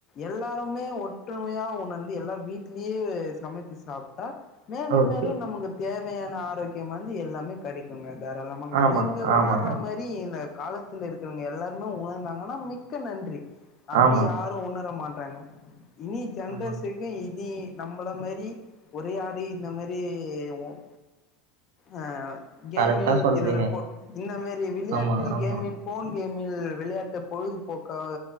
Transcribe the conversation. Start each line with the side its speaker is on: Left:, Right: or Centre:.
Left: எல்லாருமே ஒற்றுமையா உணர்ந்து எல்லா வீட்லயே சமைத்து சாப்பிட்டா மேலும்
Right: ஓகே.
Left: மேலும் நமக்கு தேவை தேவையான ஆரோக்கியம் வந்து எல்லாமே கடைக்குங்க தாராளாமங்க
Right: ஆமா,
Left: நீங்க
Right: ஆமாங்க.
Left: உணர்ற மாரி இந்த காலத்தில் இருக்கிறவங்க எல்லா <unintelligible> நாங்கன்னா மிக்க நன்றி அப்டி
Right: ஆமா,
Left: யாரும் உணர மாட் <unintelligible> இனி ஜென்ரேசுக்கும்
Right: ஆமாங்க.
Left: இனி நம்மள மாரி ஒரே ஆடி இந்த மாரி ம்ம்ம் ஆ கேமில்
Right: கரெக்ட்டா சொல்றீங்க.
Left: இதுல போ இந்தமாரி விளையாட்டில்
Right: ஆமா, ஆமா,
Left: கேமில் போன் கேம் ல் விளையாட் பொழுதுபோக்காக